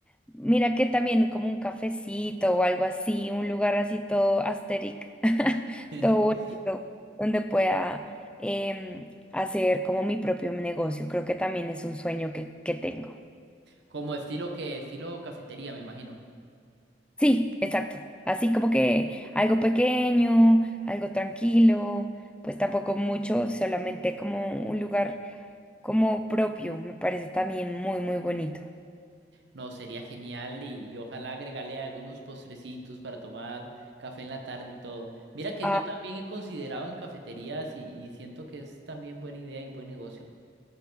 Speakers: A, in the centre; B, on the right.
A: mira que también como un cafecito o algo así, un lugar así todo asteric, <laughs>
B: <laughs>
A: todo bonito, donde pueda em, hacer como mi propio negocio. Creo que también es un sueño que, que tengo.
B: Como estilo que, estilo cafetería, me imagino.
A: Sí, exacto. Así como que algo pequeño, algo tranquilo, pues tampoco mucho, solamente como un lugar como propio, me parece también muy, muy bonito.
B: No, sería genial y, y ojalá agregarle algunos postrecitos para tomar café en la tarde y todo. Mira que
A: Ah,
B: yo también he considerado en cafeterías y, y siento que es también buena idea y buen negocio.